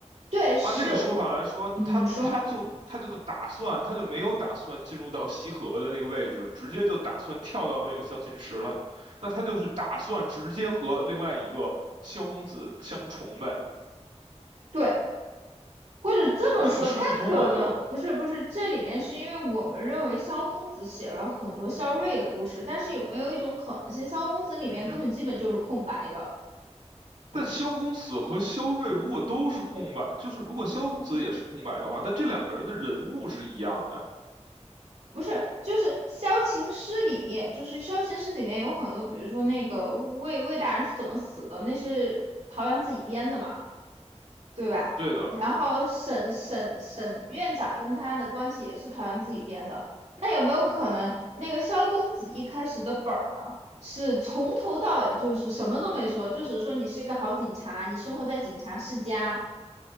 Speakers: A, on the right; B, on the right.
A: 对，是，
B: 按这个说法来说，
A: 嗯，
B: 他他就他就打算，
A: 你说
B: 他就没有打算进入到西河的那个位置，直接就打算跳到这个萧琴石了。那他就是打算直接和另外一个萧公子相重呗，
A: 对，或者这么说，
B: 这个说不通了就。
A: 他可能不是不是，这里面是因为我们认为萧公子写了很多萧睿的故事，但是有没有一种可能性，萧公子里面根本基本就是空白的？
B: 嗯哼。但萧公子和萧睿如果都是空白，就是如果萧公子也是空白的话，但这两个人的人物是一样的。
A: 不是，就是萧琴诗》里面，就是萧琴诗》里面有很多，比如说那个魏魏大人是怎么死的，那是陶阳自己编的嘛？对吧？
B: 对的，
A: 然后沈沈沈院长跟他的关系也是陶园自己编的。那有没有可能，那个萧公子一开始的本儿呢，是从头到尾就是什么都没说，就只说你是一个好警察，你生活在警察世家，